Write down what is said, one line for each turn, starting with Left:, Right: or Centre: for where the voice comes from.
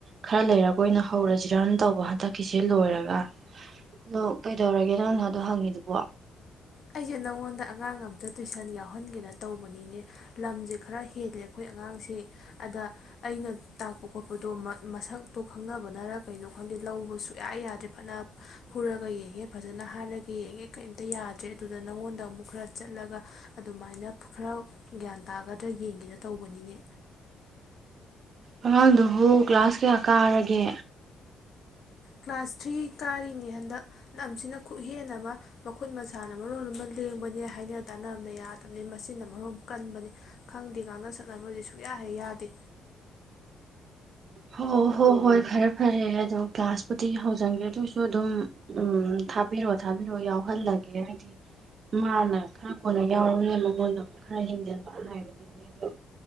Right: ꯈꯔ ꯂꯩꯔꯒ ꯑꯣꯏꯅ ꯍꯧꯔꯖꯤꯔ ꯇꯧꯕ ꯍꯟꯗꯛꯀꯤꯁꯦ ꯂꯣꯏꯔꯒ ꯑꯗꯣ ꯀꯩꯗꯧꯔꯒꯦ ꯅꯪꯅ ꯑꯗꯨ ꯍꯪꯉꯤꯗꯨꯕꯣ
Left: ꯑꯩꯖꯦ ꯅꯪꯉꯣꯟꯗ ꯑꯉꯥꯡ ꯑꯝꯇ ꯇꯨꯏꯁꯟ ꯌꯥꯎꯍꯟꯒꯦꯅ ꯇꯧꯕꯅꯤꯅꯦ ꯂꯝꯖꯦ ꯈꯔ ꯍꯦꯜꯂꯦ ꯑꯩꯈꯣꯏ ꯑꯉꯥꯡꯁꯦ ꯑꯗ ꯑꯩꯅ ꯇꯥꯛꯄ ꯈꯣꯠꯄꯗꯣ ꯃ ꯃꯁꯛꯇꯣ ꯈꯪꯅꯕꯅꯔ ꯀꯩꯅꯣ ꯈꯪꯗꯦ ꯂꯧꯕ ꯁꯨꯛꯌꯥ ꯌꯥꯗ꯭ꯔꯦ ꯐꯅ ꯐꯨꯔꯒ ꯌꯦꯡꯉꯦ ꯐꯖꯅ ꯍꯥꯏꯔꯒ ꯌꯦꯡꯉꯦ ꯀꯩꯝꯇ ꯌꯥꯗꯦ ꯑꯗꯨꯗ ꯅꯪꯉꯣꯟꯗ ꯑꯃꯨꯛ ꯈꯔ ꯆꯠꯂꯒ ꯑꯗꯨꯃꯥꯏꯅ ꯈꯔ ꯒ꯭ꯌꯥꯟ ꯇꯥꯒꯗ꯭ꯔꯥ ꯌꯦꯡꯒꯦꯅ ꯇꯧꯕꯅꯤꯅꯦ
Right: ꯑꯉꯥꯡꯗꯨꯕꯨ ꯀ꯭ꯂꯥꯁ ꯀꯌꯥ ꯀꯥꯔꯒꯦ
Left: ꯀ꯭ꯂꯥꯁ ꯊ꯭ꯔꯤ ꯀꯥꯔꯤꯅꯤ ꯍꯟꯗꯛ ꯂꯝꯁꯤꯅ ꯈꯨꯍꯦꯟ ꯑꯃ ꯃꯈꯨꯠ ꯃꯁꯥꯅ ꯃꯔꯣꯜ ꯑꯃ ꯂꯦꯡꯕꯅꯦ ꯍꯥꯏꯅ ꯇꯥꯟꯅꯕꯅ ꯌꯥꯗꯕꯅꯤ ꯃꯆꯤꯟꯅ ꯃꯔꯣꯝ ꯀꯟꯕꯅꯤ ꯈꯪꯗꯦ ꯉꯥꯡꯅ ꯁꯛꯅꯕꯖꯦ ꯁꯨꯛꯌꯥ ꯍꯦꯛ ꯌꯥꯗꯦ
Right: ꯍꯣ ꯍꯣ ꯍꯣꯏ ꯐꯔꯦ ꯐꯔꯦ ꯑꯗꯣ ꯀ꯭ꯂꯥꯁꯄꯨꯗꯤ ꯍꯧꯖꯟꯒꯔꯦ ꯑꯗꯨ ꯑꯣꯏꯁꯨ ꯑꯗꯨꯝ ꯎꯝ ꯊꯥꯕꯤꯔꯛꯑꯣ ꯊꯥꯕꯤꯔꯛꯑꯣ ꯌꯥꯎꯍꯜꯂꯒꯦ ꯍꯥꯏꯗꯤ ꯃꯥꯅ ꯈꯔ ꯀꯣꯟꯅ ꯌꯥꯎꯔꯝꯅꯤꯅ ꯃꯉꯣꯟꯗꯃꯨꯛ ꯈꯔ ꯍꯦꯟꯖꯟꯕ ꯍꯥꯏꯕꯗꯨꯅꯤ ꯑꯗꯣ